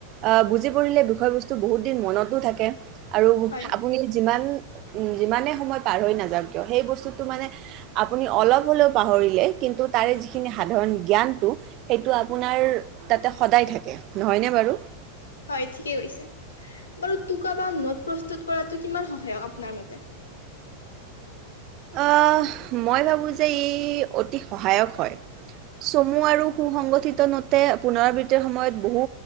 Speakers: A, on the right (about 40°); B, on the left (about 75°).
A: আ বুজি পৰিলে বিষয়বস্তু বহুত দিন মনতো থাকে আৰু
B: হয়,
A: আপুনি যিমান যিমানে সময় পাৰ হৈ নাযাওক কিয় সেই বস্তুটো মানে আপুনি অলপ হ'লেও পাহৰিলে কিন্তু তাৰে যিখিনি সাধাৰণ জ্ঞানটো সেইটো আপোনাৰ তাতে সদায় থাকে নহয়নে বাৰু?
B: হয় ঠিকেই কৈছে বাৰু টোকা বা নোট প্ৰস্তুত কৰাটো কিমান সহায়ক আপোনাৰ মতে
A: আহ মই ভাবো যে ই অতি সহায়ক হয়, চমু আৰু সু সংগঠিত নোটে পুনৰাবৃত্তিৰ সময়ত বহু